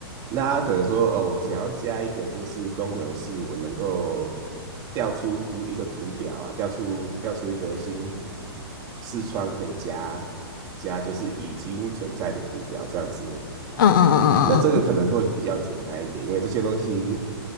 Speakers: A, on the right; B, on the left.
A: 那他可能说，哦，我想要加一个就是功能，是我能够调出一个图表啊，调出调出一个新视窗可以加加，就是已经存在的图表这样子。
B: 嗯嗯嗯嗯嗯嗯。
A: 那这个可能会比较简单一点，因为这些东西